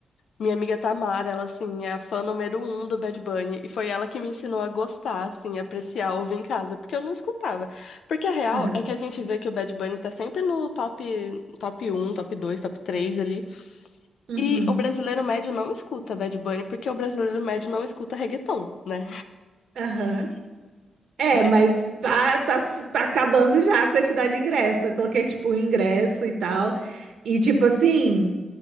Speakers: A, on the left; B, on the right.
A: Minha amiga Tamara, ela, assim, é a fã número um do Bad Bunny. E foi ela que me ensinou a gostar, assim, apreciar, ouvir em casa. Porque eu não escutava. Porque a real
B: Aham.
A: é que a gente vê que o Bad Bunny tá sempre no top, top um top dois top 3 ali.
B: Uhum.
A: E o brasileiro médio não escuta Bad Bunny, porque o brasileiro médio não escuta reggaeton, né?
B: Aham. É,
A: Mas,
B: mas tá, tá, tá acabando já a quantidade de ingresso. Eu coloquei, tipo, um ingresso e tal. E, tipo assim,